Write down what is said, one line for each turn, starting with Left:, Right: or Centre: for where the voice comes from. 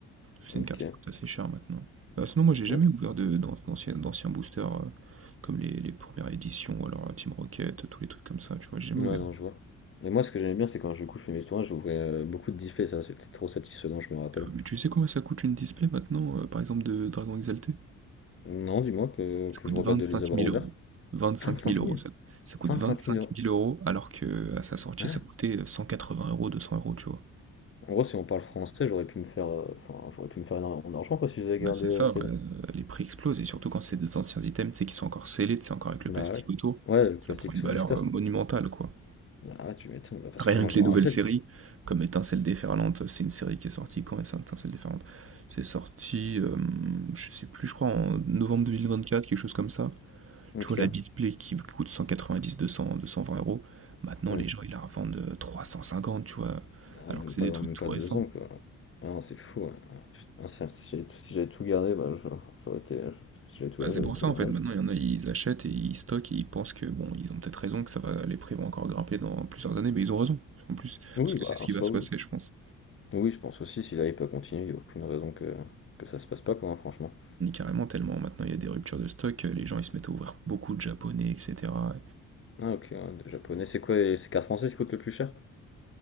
Right: que C'est
Left: Ok,
Right: une carte qui coûte assez cher maintenant. Bah, sinon, moi, j'ai jamais
Left: ok.
Right: ouvert de, d'an- d'anciens, d'anciens boosters, euh, comme les, les premières éditions, ou alors euh, Team Rocket, tous les trucs comme ça, tu vois, j'ai jamais
Left: Ouais,
Right: ouvert.
Left: non, je vois. Mais moi, ce que j'aimais bien, c'est quand je du coup, je fais mes tournages, j'ouvrais euh, beaucoup de displays, ça, c'était trop satisfaisant, je me rappelle.
Right: Euh, Mais tu sais combien ça coûte une display maintenant, euh, par exemple, de Dragon Exalté?
Left: Non, dis-moi que,
Right: Ça
Left: que
Right: coûte
Left: je regrette
Right: vingt-cinq
Left: de les avoir
Right: mille
Left: ouverts.
Right: euros. Vingt-cinq
Left: Vingt-cinq
Right: mille euros,
Left: mille.
Right: ça, ça coûte
Left: Vingt-cinq
Right: vingt-cinq
Left: mille euros.
Right: mille euros, alors que à sa sortie,
Left: Hein?
Right: ça coûtait euh, 180 euros, 200 euros, tu vois.
Left: En gros, si on parle français, j'aurais pu me faire, euh, enfin, j'aurais pu me faire énormément d'argent, quoi, si j'avais
Right: Bah,
Left: gardé
Right: c'est
Left: euh,
Right: ça,
Left: ces...
Right: ouais, heu, les prix explosent et surtout quand c'est des anciens items, tu sais, qui sont encore scellés, tu sais, encore avec le
Left: Bah
Right: plastique
Left: ouais.
Right: autour,
Left: Ouais, le
Right: ça
Left: classique
Right: prend une
Left: sous
Right: valeur,
Left: blister.
Right: heu, monumentale, quoi.
Left: Ah, tu m'étonnes, bah, parce
Right: Rien
Left: que moi,
Right: que
Left: je
Right: les
Left: me
Right: nouvelles
Left: rappelle.
Right: séries, comme Étincelles déferlantes, c'est une série qui est sortie quand Étin Étincelles déferlantes? C'est sorti, hem, je sais plus, je crois en novembre 2024, quelque chose comme ça.
Left: OK.
Right: Tu vois la Display qui v coûte 190-200-220 euros maintenant
Left: Mmh.
Right: les gens ils la revendent, heu, 350, tu vois?
Left: Ah,
Right: Alors
Left: même
Right: que c'est
Left: pas
Right: des trucs
Left: même
Right: tout
Left: pas
Right: récents.
Left: 2 ans, quoi. Ah non, c'est fou, ouais. Ah putain, si si j'avais tout si j'avais tout gardé, bah, je j'aurais été je si j'avais tout
Right: Bah,
Left: gardé,
Right: c'est
Left: j'avais
Right: pour
Left: été
Right: ça en
Left: leur
Right: fait,
Left: âge.
Right: maintenant il y en a, ils achètent et ils stockent et ils pensent que bon, ils ont peut-être raison, que ça va, les prix vont encore grimper dans plusieurs années, mais ils ont raison, en plus,
Left: Oui,
Right: parce que
Left: bah,
Right: c'est ce
Left: en
Right: qui
Left: soi,
Right: va se
Left: oui.
Right: passer, je pense.
Left: Oui, je pense aussi, si là, il peut continuer, il y a aucune raison que que ça se passe pas, quoi, hein, franchement.
Right: Ni carrément tellement, maintenant il y a des ruptures de stock, euh, les gens ils se mettent à ouvrir beaucoup de japonais, etc.
Left: Ah OK, ouais, des japonais, c'est quoi les ces cartes françaises qui coûtent le plus cher?